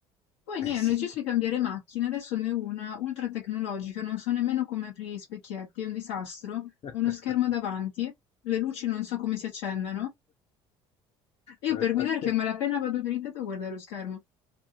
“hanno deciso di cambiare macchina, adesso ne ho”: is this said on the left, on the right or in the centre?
Left